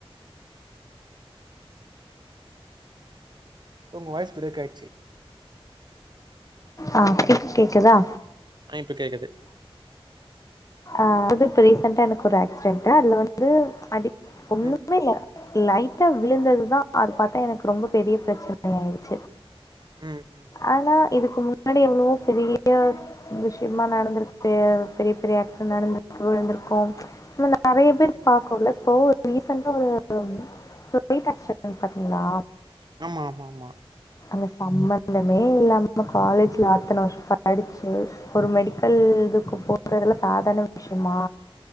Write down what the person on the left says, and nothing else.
ஆ இப்ப கேக்குதா
ஆ வந்து இப்ப ரீசண்டா எனக்கு ஒரு ஆக்சிடெண்ட்டு அதுல வந்து அடி ஒன்னுமே
இல்ல லைட்டா விழுந்ததுதா அது பாத்தா எனக்கு ரொம்ப பெரிய ப்ரச்சன ஆய்ச்சு
ஆனா இதுக்கு முன் னாடி மூட்டு <inaudible> விஷயமா நடந்திருக்கு பெரிய பெரிய நடந்துருக்கு விழுந்திருக்கோ சும் ல நெறைய பேர்
பாக்கொல தோல் ரீசன்டா ஒரு ஃப்ளைட் ஆக்சிடென்ட் பாத்தீங்களா
அந்த சம்பந்தமே இல்லாம நம்ம காலேஜ்ல அத்தன வருஷ படிச்சு ஒரு மெடிக்கல் இதுக்கு போறதெல்லா சாதாரண விஷயமா